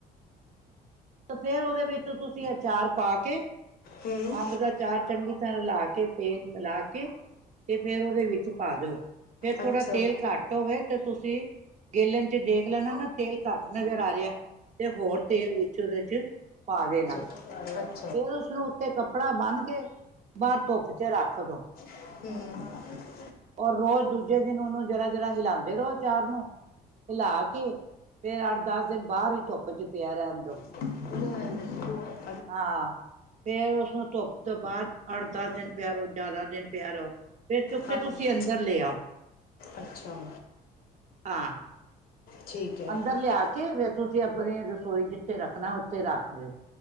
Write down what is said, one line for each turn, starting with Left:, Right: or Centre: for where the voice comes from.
Right: ਤੇ ਫੇਰ ਉਹਦੇ ਵਿੱਚ ਤੁਸੀਂ ਅਚਾਰ ਪਾ ਕੇ,
Left: ਹੂੰ
Right: ਅੰਬ ਦਾ ਚਾਰ ਚੰਗੀ ਤਰ੍ਹਾਂ ਲਾ ਕੇ ਤੇਲ ਮਿਲਾ ਕੇ ਤੇ ਫੇਰ ਉਹਦੇ ਵਿੱਚ ਪਾ ਦਿਉ। ਜੇ ਥੋੜ੍ਹਾ
Left: ਅੱਛਾ
Right: ਤੇਲ
Left: ਹੂੰ
Right: ਘੱਟ ਹੋਵੈ ਤੇ ਤੁਸੀਂ ਗੇਲਣ ਚ ਦੇਖ ਲੈਣਾ ਨਾ ਤੇਲ ਘੱਟ ਨਜ਼ਰ ਆ ਰਿਹਾ ਤੇ ਹੋਰ ਤੇਲ ਵਿੱਚ ਉਹਦੇ ਚ ਪਾ ਦੇਣਾ।
Left: <unintelligible>
Right: ਫੇਰ ਉਸਨੂੰ ਉੱਤੇ ਕੱਪੜਾ ਬੰਨਕੇ, ਬਾਹਰ ਧੁੱਪ ਚ ਰੱਖ ਦੋ।
Left: ਹੂੰ।
Right: ਔਰ ਰੋਜ਼ ਦੂਜੇ ਦਿਨ ਉਹਨੂੰ ਜਰਾਂ-ਜਰਾਂ ਹਿਲਾਦੇ ਰਹੋ ਅਚਾਰ ਨੂੰ ਹਿਲਾ ਕੇ ਫੇਰ ਅੱਠ-ਦਸ ਦਿਨ ਬਾਹਰ ਈ ਧੁੱਪ ਚ ਪਿਆ ਰਹਨ ਦੋ।
Left: <unintelligible>
Right: ਹਾਂ, ਫੇਰ ਉਸਨੂੰ ਧੁੱਪ ਤੋਂ ਬਾਅਦ ਅੱਠ-ਦਸ ਦਿਨ ਪਿਆ ਰਹੋ, ਜ਼ਿਆਦਾ ਦਿਨ ਪਿਆ ਰੋ ਫੇਰ ਚੁੱਕ ਕੇ
Left: ਹਾਂਜੀ
Right: ਤੁਸੀਂ ਅੰਦਰ ਲੇ ਆਓ।
Left: ਅੱਛਾ।
Right: ਹਾਂ‌।
Left: ਠੀਕ ਹੈ।
Right: ਅੰਦਰ ਲੇਆਕੇ
Left: ਤੇ
Right: ਫੇਰ ਤੁਸੀਂ ਆਪਨੀ ਰਸੋਈ ਜਿੱਥੇ ਰੱਖਨਾ ਉੱਥੇ ਰੱਖ ਦਿਓ।